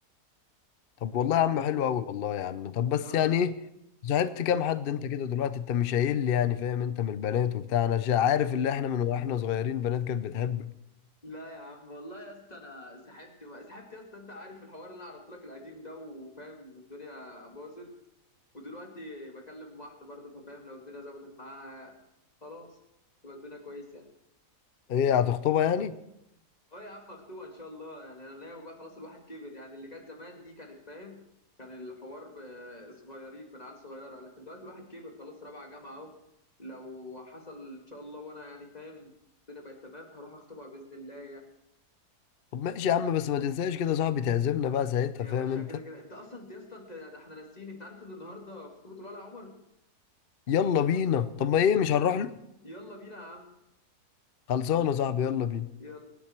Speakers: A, on the left; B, on the left.
A: طب والله يا عم حلو قوي والله يا عم طب بس
B: اه
A: يعني ايه صاحبت كام حد انت كده دلوقتي انت مش قايل لي يعني فاهم انت من البنات وبتاع انا شا- عارف اللي احنا من واحنا صغيرين بنات كانت بتحب
B: لا يا عم والله يا اسطى انا سحبت سحبت يا اسطى انت عارف الحوار اللي انا عرضت لك القديم ده وفاهم الدنيا باظت ودلوقتي بكلم واحده برضه ففاهم لو الدنيا ظبطت معاها خلاص يبقى الدنيا كويسه
A: ايه هتخطبها يعني
B: اه يا عم مخطوبة ان شاء الله يعني انا ناوي بقى خلاص الواحد كبر يعني اللي كانت زمان دي كانت فاهم كان الحوار ب- صغيرين كنا عيال صغيرة لكن دلوقتي الواحد كبر خلاص رابعة جامعة اهو لو حصل ان شاء الله وانا يعني فاهم الدنيا بقت تمام هروح اخطبها باذن الله يا
A: طب ماشي يا عم بس ما تنساش كده صاحبي تعزمنا بقى ساعتها
B: يا
A: فاهم
B: باشا
A: انت
B: كده كده انت اصلا انت يا اسطى انت احنا ناسيين انت عارف ان النهارده خطوبة الولع عمر
A: يلا بينا طب ما ايه مش هنروح له
B: يلا بينا يا عم
A: خلصانه يا صاحبي يلا بينا
B: يلا